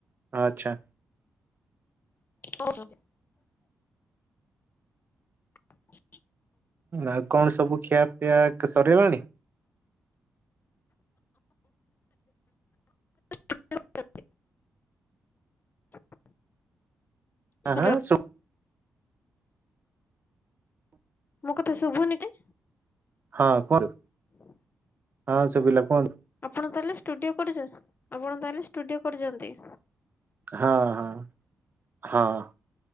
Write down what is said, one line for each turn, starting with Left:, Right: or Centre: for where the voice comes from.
Right: ଆଛା।
Left: <unintelligible> <inaudible>
Right: ଆଉ କଣ ସବୁ ଖିଆ ପିଆ ସରିଗଲାଣି।
Left: <unintelligible> <unintelligible>
Right: ଆଁ
Left: ହ୍ୟାଲୋ
Right: ହା ସୁବୁ
Left: ମୋ କଥା ଶୁଭୁନି କି?
Right: ହଁ କୁହନ୍ତୁ।
Left: <inaudible>
Right: ହଁ ଶୁଭିଲା କୁହନ୍ତୁ।
Left: ଆପଣ ତାହାଲେ ଷ୍ଟୁଡିୟ କରି। ଆପଣ ତାହାଲେ ଷ୍ଟୁଡିୟ କରିଛନ୍ତି।
Right: ହଁ ହଁ ହଁ।